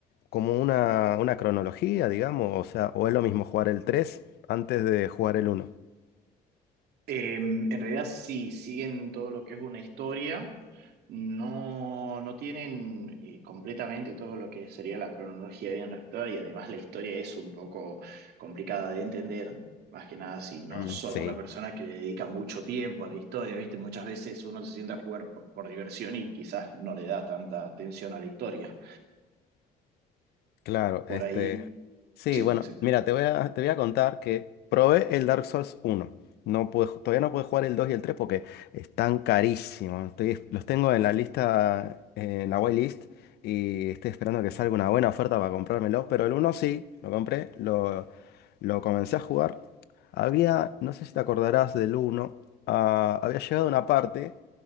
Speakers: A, on the left; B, on the right.
A: como una, una cronología, digamos, o sea, o es lo mismo jugar el 3 antes de jugar el uno
B: Eh, en realidad sí, siguen todo lo que es una historia, no, no tienen eh, completamente todo lo que sería la cronología bien respetada y además la historia es un poco complicada de entender, más que nada si no
A: Mm,
B: sos
A: sí.
B: una persona que le dedica mucho tiempo a la historia, ¿viste? Muchas veces uno se sienta a jugar por, por diversión y quizás no le da tanta atención a la historia.
A: Claro,
B: Por
A: este.
B: ahí,
A: Sí,
B: sí,
A: bueno,
B: sí.
A: mira, te voy a, te voy a contar que probé el Dark Souls uno, No pude, ju- todavía no pude jugar el 2 y el 3 porque están carísimos. Estoy- los tengo en la lista, eh, en la whitelist, y estoy esperando que salga una buena oferta para comprármelo. Pero el uno sí, lo compré, lo, lo comencé a jugar. Había, no sé si te acordarás del uno, ah, había llegado una parte